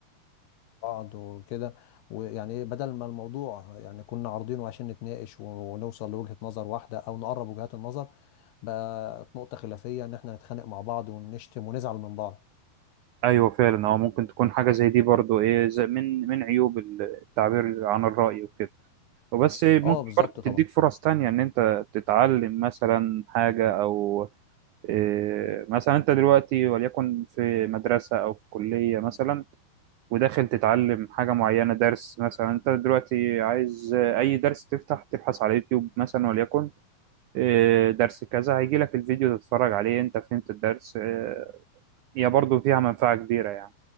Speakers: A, on the left; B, on the right.
A: لبعض وكده ويعني ايه بدل ما الموضوع يعني كنا عارضينه عشان نتناقش ونوصل لوجهة نظر واحدة او نقرب وجهات النظر بقت نقطة خلافية ان احنا نتخانق مع بعض ونشتم ونزعل من بعض
B: ايوه فعلا هو ممكن تكون حاجه زي دي برضو ايه زي من من عيوب التعبير عن الراي وكده وبس ممكن
A: اه بالظبط
B: برضو تديك
A: طبعا
B: فرص تانية إن أنت تتعلم مثلا حاجة أو إيه، مثلا أنت دلوقتي وليكن في مدرسة أو في كلية مثلا وداخل تتعلم حاجة معينة درس مثلا أنت دلوقتي عايز أي درس تفتح تبحث على يوتيوب مثلا وليكن إيه، درس كذا هيجي لك الفيديو تتفرج عليه أنت فهمت الدرس آه، هي برضو فيها منفعة كبيرة يعني